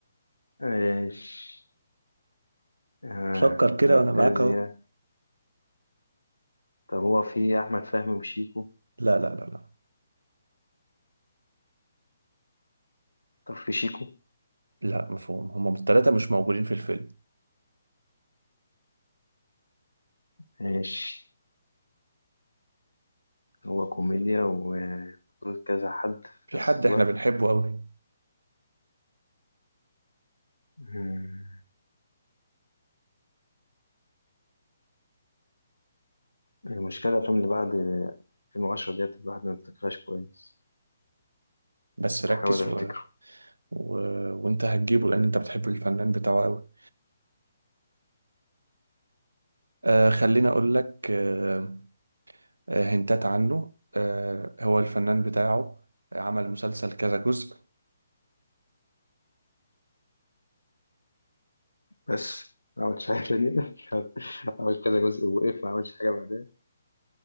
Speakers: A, on the left; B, on the right.
A: ماشي آه.
B: فكر كده
A: فانتازيا
B: وانا معاك اهو
A: طب هو في أحمد فهمي وشيكو
B: لا لا لا لا
A: طب في شيكو
B: لا مفهوم هما التلاتة مش موجودين في الفيلم
A: ماشي هو كوميديا وبطولة كذا حد في
B: في
A: نفس
B: حد
A: الوقت
B: احنا بنحبه قوي
A: مم. المشكلة الأفلام اللي بعد 2010 ديت الواحد ما بيفتكرهاش كويس
B: بس ركز
A: أحاول أفتكره
B: و... و... وانت هتجيبه لان انت بتحب الفنان بتاعه قوي آه خليني اقول لك آه آه، هنتات عنه آه هو الفنان بتاعه عمل مسلسل كذا جزء
A: بس ما عملتش حاجة تانية <laughs> عملت كذا جزء ووقف ما عملتش حاجة بعدها